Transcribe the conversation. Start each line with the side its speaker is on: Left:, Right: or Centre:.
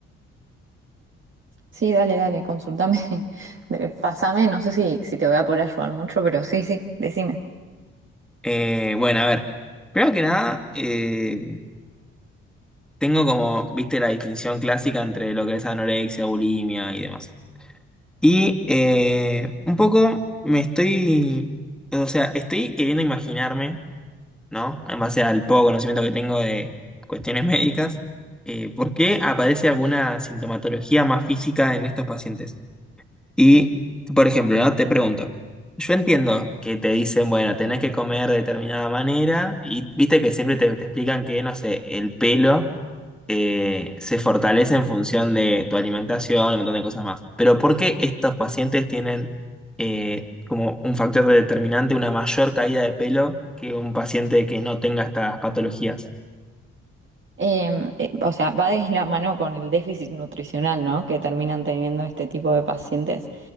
Right: Sí, dale, dale, consultame, <laughs> de- pasame, no sé si, si te voy a poder ayudar mucho, pero sí, sí, decime.
Centre: Eh, bueno, a ver, primero que nada, eh, tengo como, viste, la distinción clásica entre lo que es anorexia, bulimia y demás. Y eh, un poco me estoy, o sea, estoy queriendo imaginarme. ¿no? En base al poco conocimiento que tengo de cuestiones médicas, eh, ¿por qué aparece alguna sintomatología más física en estos pacientes? Y, por ejemplo, ¿no? Te pregunto, yo entiendo que te dicen, bueno, tenés que comer de determinada manera y viste que siempre te, te explican que, no sé, el pelo eh, se fortalece en función de tu alimentación y un montón de cosas más. Pero ¿por qué estos pacientes tienen eh, como un factor determinante una mayor caída de pelo que un paciente que no tenga estas patologías?
Right: Em, eh, o sea, va de la mano con el déficit nutricional, ¿no? Que terminan teniendo este tipo de pacientes.